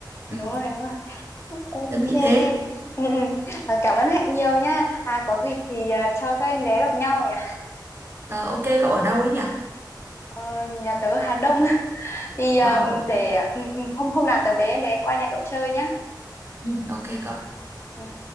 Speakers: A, on the right; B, on the left.
A: ừ,
B: Đúng rồi đúng rồi Ok
A: tớ nghĩ thế
B: ừ, ừ. À, Cảm ơn Hạnh nhiều nhá À có dịp thì à, cho các em bé gặp nhau nhỉ
A: Ờ, ok cậu ở đâu ấy nhỉ
B: ờ, Nhà tớ Hà Đông <laughs> Thì à,
A: à, ok.
B: để ừ, ừ, hôm hôm nào tớ bế em bé qua nhà cậu chơi nhá
A: Ừ, ok cậu
B: Ừ.